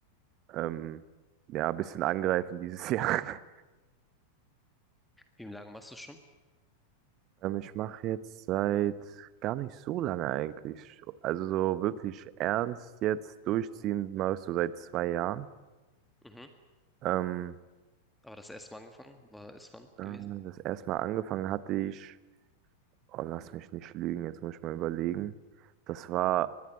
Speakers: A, on the right (about 35°); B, in the centre.
A: Ähm, ja, ein bisschen angreifen dieses <laughs> Jahr.
B: Wie lange machst du schon?
A: Ähm, ich mache jetzt seit gar nicht so lange eigentlich. Also so wirklich ernst jetzt durchziehen, machst du seit zwei Jahren.
B: Mhm.
A: Ähm,
B: Aber das erste Mal angefangen, war ist wann
A: Äh,
B: gewesen?
A: Das erste Mal angefangen hatte ich, oh, lass mich nicht lügen, jetzt muss ich mal überlegen. Das war,